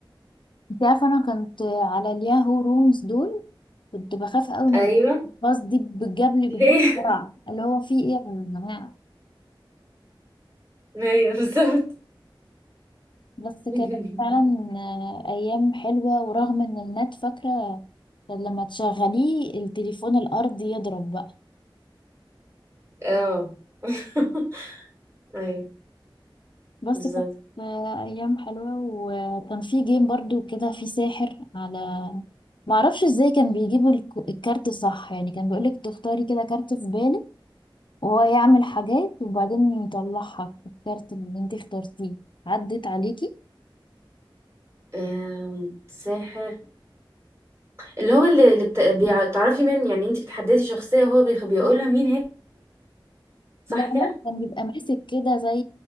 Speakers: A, on the left; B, on the right.
A: انت عارفه انا كنت على الياهو رومز دول كنت بخاف قوي من
B: ايوه
A: الباص دي بجاب لي
B: <laughs>
A: بجد
B: ليه
A: بسرعه اللي هو في ايه يا جماعه
B: ايوه بالظبط
A: بس
B: <laughs>
A: كانت فعلا آه، ايام حلوه ورغم ان النت فاكره كان لما تشغليه التليفون الارضي يضرب بقى
B: اه <laughs> ايوه
A: بس
B: بالظبط
A: كانت آه، ايام حلوه وكان في جيم برضو كده في ساحر على معرفش ازاي كان بيجيبوا الك- الكارت صح يعني كان بيقولك تختاري كده كارت في بالك وهو يعمل حاجات وبعدين يطلعها الكارت اللي انت اخترتيه عدت عليكي
B: أم، ساحر اللي هو اللي, اللي بت... بيع- بتعرفي من يعني انت بتحددي شخصية وهو بيخ... بيقولها مين هي صح
A: لا
B: كده؟
A: لا كان بيبقى ماسك كده زي